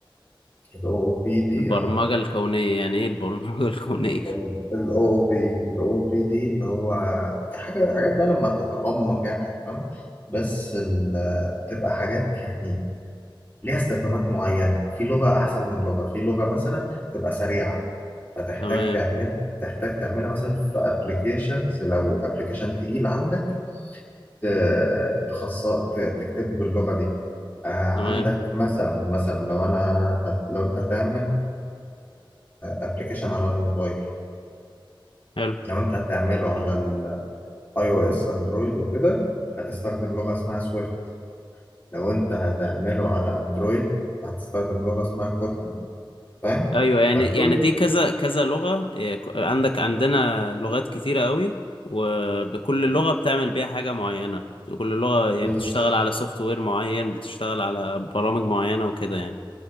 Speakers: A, on the left; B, on the left.
A: ال OOP دي
B: البرمجة
A: او
B: الكونية يعني ايه البرمجة <laughs> الكونية
A: ال ال OOP ال OOP دي اللي هو حاجه حاجات بقى لما تتعمق يعني هتفهمها بس ال- بتبقى حاجات يعني ليها استخدامات معينة في لغة أحسن من لغة في لغة مثلا تبقى سريعة فتحتاج
B: تمام
A: تعملها تحتاج تعملها مثلا في ابلكيشنز لو ابلكيشن تقيل عندك ت- تخصص ت- تكتبه باللغة دي آه، عندك
B: تمام
A: مثلا مثلا لو انا هت... لو انت هتعمل ابلكيشن على الموبايل
B: حلو
A: لو انت هتعمله على الاي او اس اندرويد وكده هتستخدم لغة اسمها سويفت لو انت هتعمله على اندرويد هتستخدم لغة اسمها كوتلين فاهم
B: ايوه يعني
A: فكل
B: يعني دي كذا كذا لغة إيه، ك- عندك عندنا لغات كتيرة قوي وبكل لغة بتعمل بيها حاجة معينة كل لغة يعني
A: بز...
B: بتشتغل على سوفت وير معين بتشتغل على برامج معينة وكده يعني